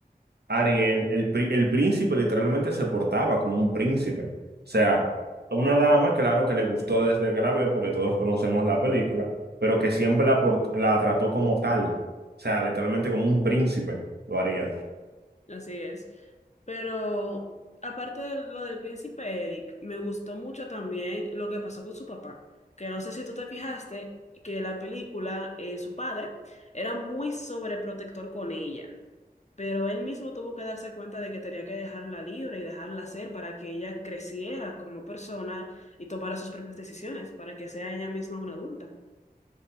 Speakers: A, on the right; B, on the left.
A: Ariel, el, pri- el príncipe literalmente se portaba como un príncipe. O sea, una dama, claro que le gustó desde que la vio, porque todos conocemos la película, pero que siempre la, port- la trató como tal. O sea, literalmente como un príncipe lo haría.
B: así es. Pero aparte de lo del príncipe Eric, me gustó mucho también lo que pasó con su papá, que no sé si tú te fijaste que la película, eh, su padre, era muy sobreprotector con ella. pero él mismo tuvo que darse cuenta de que tenía que dejarla libre y dejarla ser para que ella creciera como persona y tomara sus propias decisiones, para que sea ella misma una adulta.